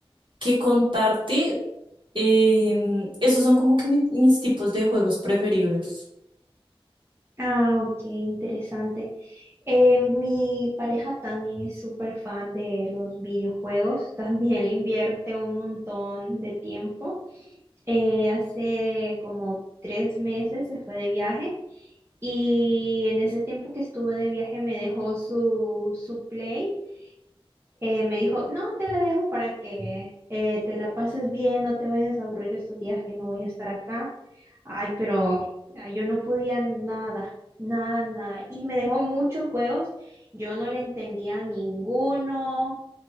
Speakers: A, on the right (about 55°); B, on the right (about 25°).
A: que contarte. em, esos son como que mi- mis tipos de juegos preferidos.
B: Ah, ok, interesante. Eh, mi pareja también es súper fan de los videojuegos, <laughs> también le invierte un montón de tiempo. Eh, hace como tres meses se fue de viaje y en ese tiempo que estuve de viaje me dejó su, su Play eh, me dijo, no, te la dejo para que eh, te la pases bien, no te vayas a aburrir estos días que no voy a estar acá. Ay, pero ah, yo no podía nada, nada, nada. Y me dejó muchos juegos, yo no le entendía ninguno,